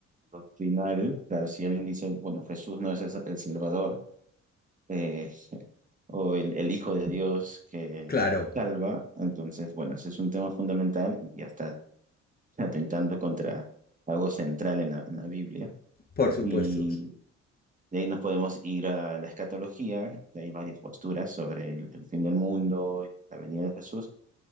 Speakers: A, on the right; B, on the left.
A: doctrinal, claro, si alguien dice, bueno, Jesús no es el el Salvador, eh, o el, el Hijo de Dios que
B: Claro,
A: salva, entonces, bueno, ese es un tema fundamental y hasta atentando contra algo central en la, en la Biblia.
B: por supuesto.
A: Y de ahí nos podemos ir a la escatología, que hay varias posturas sobre el, el fin del mundo y la venida de Jesús.